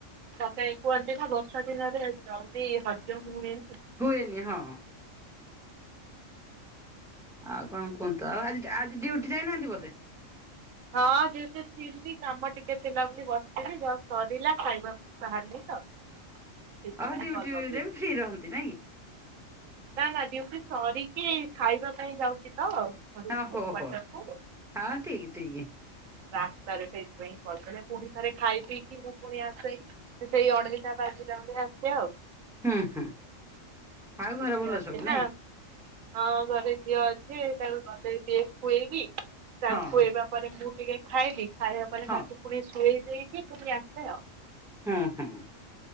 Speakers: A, on the right; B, in the centre.
A: ଚକାଇ କୁହନ୍ତି ନା ବର୍ଷା ଦିନରେ ଜଲଦି ହଜମ ହୁଏନି।
B: ହୁଏନି ହଁ। ଆଉ କଣ କୁହନ୍ତୁ ଆଉ ଆଜି ଆଜି ଡ୍ୟୁଟି ଯାଇନାହାନ୍ତି ବୋଧେ?
A: ହଁ ଡ୍ୟୁଟିରେ ଥିଲି କାମ ଟିକେ ଥିଲା ବୋଲି ବସିିଥିଲି ଯଷ୍ଟ ସରିଲା ଖାଇବାକୁ ବାହାରିଲି ତ ସେଇଥିପାଇଁ
B: ଅ ଡିୟୁଟିରେ
A: କଲ୍ ଲଗେଇଲି।
B: ବି ଫ୍ରି ରହନ୍ତି ନାଇଁକି?
A: ନା ନା ଡିଉଟି ସରିକି ଖାଇବା ପାଇଁ ଯାଉଛି ତ ଘରକୁ
B: ହଁ ହୋ
A: କ୍ଵାର୍ଟର
B: ହୋ
A: କୁ
B: ହଁ ଠିକ ଠିକ।
A: ରାସ୍ତାରେ ସେଇଥିପାଇଁ କରିଦଲେ ପୁଣି ଥରେ ଖାଇ ପିଇକି ମୁଁ ପୁଣି ଆସେ। ସେଇ ଅଢ଼େଇ ବାଜିିଲା ମଧେ ଆସେ ଆଉ।
B: ହୁଁ ହୁଁ ଆଉ ଘରେ
A: ଝିଅ
B: ଭଲ
A: ଅଛି
B: ସବୁ
A: ନା
B: ନାଇଁ?
A: ହଁ ଘରେ ଝିଅ ଅଛି ତାକୁ ଗଲେ ଟିକେ ଖୁଏଇବି ତାକୁ
B: ହଁ
A: ଖୁଏଇବା ପରେ ମୁଁ ଟିକେ ଖାଇବି ଖାଇବାପରେ
B: ହଁ
A: ତାକୁ ପୁଣି ଶୁଏଇ ଦେଇକି ଏଠୁ ପୁଣି ଆସେ ଆଉ।
B: ହୁଁ ହୁଁ